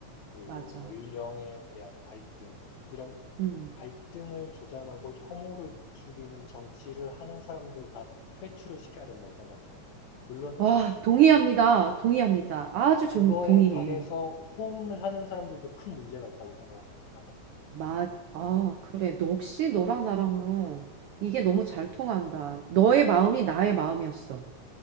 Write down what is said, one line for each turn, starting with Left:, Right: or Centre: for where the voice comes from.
Left: 그리고
Right: 맞아.
Left: 연령에 대한 갈등, 이런
Right: 음.
Left: 갈등을 조장하고 혐오를 부추기는 정치를 하는 사람들 다 퇴출을 시켜야 된다고 생각해. 물론
Right: 와, 동의합니다. 동의합니다. 아주
Left: 그거에
Right: 좀 동의해.
Left: 관해서 호응을 하는 사람들도 큰 문제가 있다고 생각하거든, 나는.
Right: 맞, 아, 그래. 너 역시 너랑 나랑은 이게 너무 잘 통한다. 너의 마음이 나의 마음이었어.